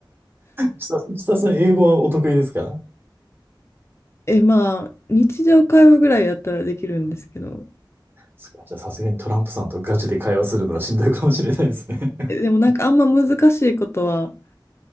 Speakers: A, on the right; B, on the left.
A: ちさ、ちささん英語はお得意ですか
B: え、まあ、日常会話ぐらいやったらできるんですけど、
A: そっか、じゃあさすがにトランプさんとガチで会話するのはしんどいかもしれないですね。
B: えでもなんかあんま難しいことは